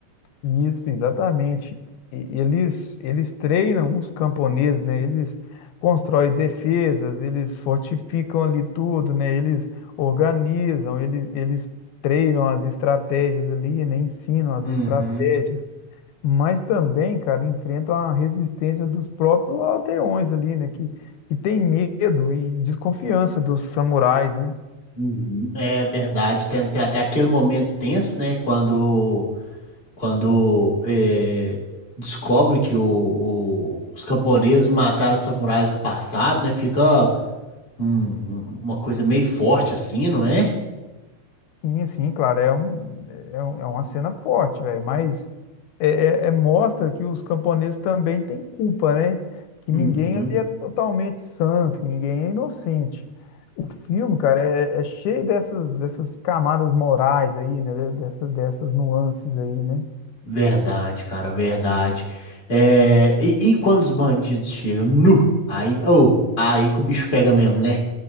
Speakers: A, on the left; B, on the left.
A: Isso, exatamente. E- Eles, eles treinam os camponeses, né? Eles constroem defesas, eles fortificam ali tudo, né? Eles organizam, eles, eles treinam as estratégias ali, né? Ensinam as
B: Uhum.
A: estratégias. Mas também, cara, enfrentam a resistência dos próprios aldeões ali, né? Que, que tem medo e desconfiança dos samurais, né?
B: Uhum. É verdade, tem, tem até aquele momento tenso, né? Quando, quando é, descobre que o- o- os camponeses mataram os samurais no passado, né? Fica um- uma coisa meio forte assim, não é?
A: Sim, sim, claro, é, um, é, é um- é uma cena forte, velho, mas é, é- é- mostra que os camponeses também têm culpa, né? Que
B: Uhum.
A: ninguém ali é totalmente santo, ninguém é inocente. O filme, cara, é, é cheio dessas, dessas camadas morais aí, né? Dessas, dessas nuances aí, né?
B: Verdade, cara, verdade. É, e, e quando os bandidos chegam, nu, aí, oh, aí que o bicho pega mesmo, né?